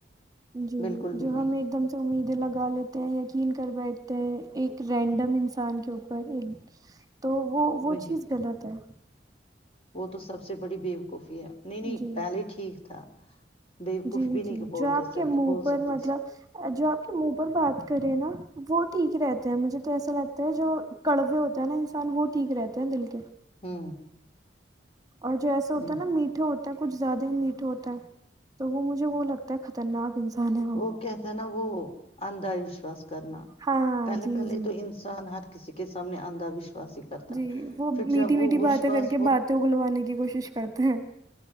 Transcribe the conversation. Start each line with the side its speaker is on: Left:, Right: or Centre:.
Right: جی
Left: بالکل بھی
Right: جو
Left: نہیں
Right: ہمیں ایک دم سے امیدیں لگ۔ گا لیتے ہیں یقین کر بیٹھتے ہیں ایک رینڈم انسان کے اوپر ایک۔ تو وہ وہ
Left: وہی
Right: چیز غلط ہے۔
Left: وہ تو سب سے بڑی بی بےوقوف۔ نہیں نہیں
Right: جی
Left: پہلے ٹھیک تھا۔ بیوقوف
Right: جی
Left: بھی نہیں
Right: جی
Left: بولتے
Right: جو آپ کے منہ
Left: بول
Right: پر
Left: سکتی
Right: مطلب
Left: تھی
Right: جو آپ کے منہ پر بات کرے نا وہ ٹھیک رہتا۔ مجھے تو ایسا لگتا ہے جو کڑوے ہوتے ہیں نا انسان وہ ٹھیک رہتے ہیں دل کے۔
Left: ہوں۔
Right: اور جو ایسے ہوتا
Left: ہ
Right: ہے نا میٹھے ہوتا ہیں کچھ زیادہ ہی میٹھے۔ ہوتا ہے تو وہ مجھے۔ وہ لگتا ہے خطرناک انسان ہے
Left: وہ کہتے ہیں نا وہ اندھا وشواس۔ کرنا
Right: ہاں
Left: پہلے
Right: جی
Left: پہل
Right: جی
Left: تو انسان ہر کسی کے سامنے اندا وشواس ہی کرتا ہے
Right: جی وہ میٹھی
Left: پھر جب
Right: میٹھی
Left: وہ وشواس۔
Right: باتیں کر کے باتیں اگلوانے کی کوشش کرتے ہیں